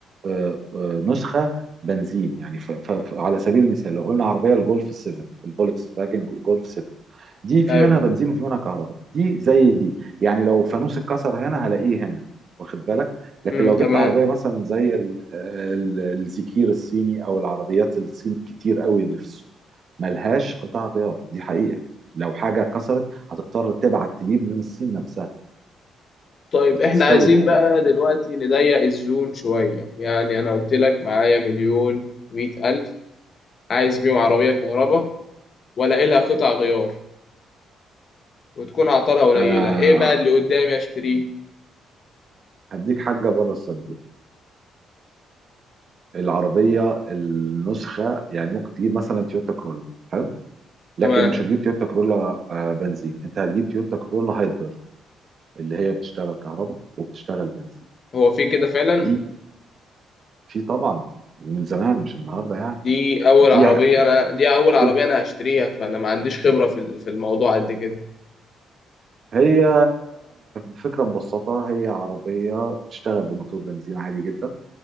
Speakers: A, on the right (about 50°); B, on the left (about 50°).
A: آه، آه، نسخه بنزين يعني ف- ف- ف- على سبيل المثال لو قلنا عربيه الجولف 7 الفولكس فاجن جولف 7 دي في
B: ايوه
A: منها بنزين وفي منها كهرباء دي زي دي يعني لو فانوس اتكسر هنا هلاقيه هنا واخد بالك لكن
B: امم
A: لو
B: تمام
A: جبت عربيه مثلا زي ال- ال- الزكير الصيني او العربيات الصيني كتير قوي اللي في السوق ملهاش قطع غيار دي حقيقه لو حاجه اتكسرت هتضطر تبعت تجيب من الصين نفسها
B: طيب
A: وتستورد
B: احنا عايزين بقى
A: يعني
B: دلوقتي نضيق الزون شوية يعني انا قلت لك معايا مليون مية الف عايز بيهم عربية كهرباء ولا لها قطع غيار وتكون اعطالها قليلة
A: انا
B: ايه بقى اللي قدامي اشتريه
A: هديك حاجه بره الصين العربيه النسخه يعني ممكن تجيب مثلا تويوتا كرولا حلو لكن
B: تمام
A: مش هتجيب تويوتا كرولا آه، بنزين انت هتجيب تويوتا كرولا هايبر اللي هي بتشتغل كهرباء وبتشتغل بنزين
B: هو في كده فعلا
A: دي في طبعا من زمان مش النهارده يعني
B: دي اول
A: دي
B: عربية
A: ع-
B: انا دي اول
A: كنت
B: عربية انا هشتريها فانا ما عنديش خبرة في ال- في الموضوع قد كده
A: هي فكره مبسطه هي عربيه بتشتغل بموتور بنزين عادي جدا